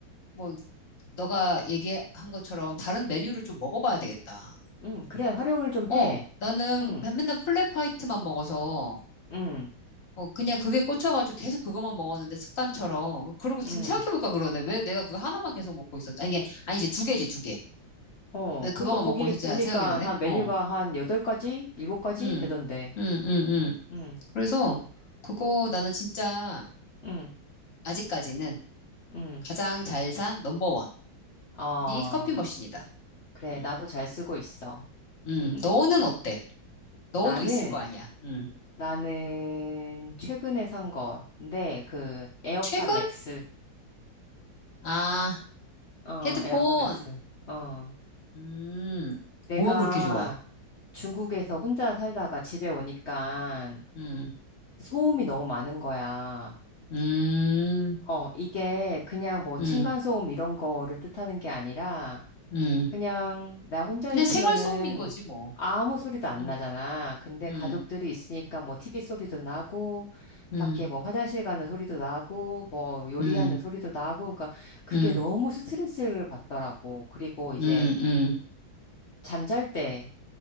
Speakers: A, on the left; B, on the left.
A: 뭐, 너가 얘기한 것처럼 다른 메뉴를 좀 먹어봐야 되겠다.
B: 음, 그래, 활용을 좀
A: 어,
B: 해.
A: 나는
B: 응,
A: 맨날 플랫 화이트만 먹어서,
B: 응,
A: 어, 그냥 그게 꽂혀가지고 계속 그것만 먹었는데 습관처럼. 그러고 지금
B: 응.
A: 생각해볼까 그러네. 왜 내가 그거 하나만 계속 먹고 있었지? 아니, 이게, 아니지, 두 개지, 두 개.
B: 어,
A: 왜
B: 그러니까
A: 그거만
B: 거기
A: 먹고 있었지?
B: 보니까
A: 하는 생각이 드네.
B: 한 메뉴가
A: 어,
B: 한 8가지? 7가지
A: 음,
B: 되던데.
A: 음, 음, 음.
B: 응,
A: 그래서 그거 나는 진짜
B: 응,
A: 아직까지는
B: 응.
A: 가장 잘 산 넘버원이
B: 아,
A: 커피 머신이다.
B: 그래,
A: 음,
B: 나도 잘 쓰고 있어.
A: 음,
B: <laughs>
A: 너는 어때? 너도
B: 나는,
A: 있을 거 아니야. 음.
B: 나는 최근에 산 거. 근데 그 에어팟
A: 최근?
B: 맥스.
A: 아,
B: 어,
A: 헤드폰.
B: 에어팟 맥스. 어.
A: 음,
B: 내가
A: 뭐가 그렇게 좋아?
B: 중국에서 혼자 살다가 집에 오니까
A: 음,
B: 소음이 너무 많은 거야.
A: 음,
B: 어, 이게 그냥 뭐 층간소음
A: 음,
B: 이런 거를 뜻하는 게 아니라
A: 음.
B: 그냥 나 혼자
A: 그냥
B: 있으면은
A: 생활 소음인 거지 뭐.
B: 아무 소리도 안
A: 음,
B: 나잖아. 근데
A: 음,
B: 가족들이 있으니까 뭐 TV 소리도 나고
A: 음,
B: 밖에 뭐 화장실 가는 소리도 나고 뭐 요리하는
A: 음,
B: 소리도 나고 그러니까 그게
A: 음,
B: 너무 스트레스를 받더라고. 그리고 이제
A: 음, 음,
B: 잠잘 때